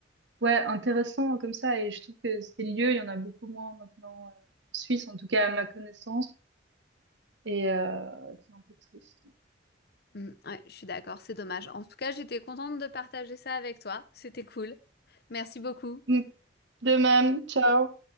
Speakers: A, on the right (about 70°); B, on the left (about 55°).
A: ouais, intéressants comme ça et je trouve que ces lieux, il y en a beaucoup moins maintenant euh, en Suisse en tout cas à ma connaissance et euh, c'est un peu triste.
B: Mm, ouais, je suis d'accord, c'est dommage. En tout cas, j'étais contente de partager ça avec toi. C'était cool. Merci beaucoup.
A: Mm. De même, ciao.